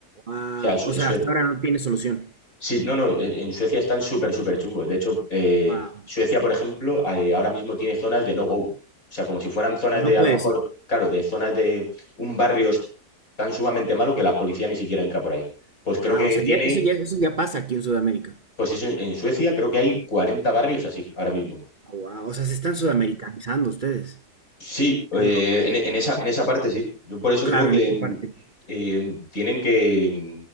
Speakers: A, on the right; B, on the left.
A: Wow.
B: O sea, Su-
A: O sea,
B: Suecia
A: hasta ahora no tiene solución.
B: Sí, no, no, eh, en Suecia están súper, súper chungos. De hecho, eh,
A: Wow.
B: Suecia, por ejemplo, eh, ahora mismo tiene zonas de no-go. O sea, como si fueran zonas
A: No
B: de, a
A: puedes
B: lo mejor,
A: ir.
B: claro, de zonas de un barrio est- tan sumamente malo que la policía ni siquiera entra por ahí. Pues creo
A: Ah,
B: que
A: o sea,
B: tiene,
A: ya, eso ya, eso ya pasa aquí en Sudamérica.
B: pues eso, en Suecia creo que hay 40 barrios así ahora mismo.
A: Wow. O sea, se están sudamericanizando ustedes.
B: Sí, eh,
A: Qué loco.
B: en, en esa, en esa parte sí. Yo por eso
A: Claro,
B: creo que
A: en esa
B: mm,
A: parte.
B: eh, tienen que... mm,